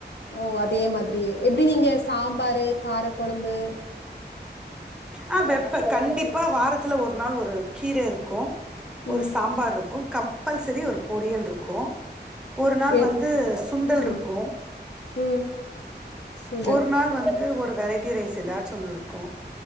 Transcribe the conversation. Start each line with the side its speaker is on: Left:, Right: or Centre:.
Left: ஓ அதே மாதிரியே எப்டி நீங்க சாம்பாரு கார கொழம்பு
Centre: ஆ வெப்ப கண்டிப்பா வாரத்துல ஒரு நாள் ஒரு கீர இருக்கு ஒரு
Left: ம்.
Centre: சாம்பார்ருக்கு கம்பல்சரி ஒரு பொியல்ரு க்கு ஒரு நாள்
Left: எ
Centre: வந்து சுண்டல்ருக்கு
Left: ம் ம் சுண்டல்
Centre: ஒரு நாள் வந் து ஒரு வெரைட்டி ரைஸ் எதாச்சு ஒன்னு இருக்கு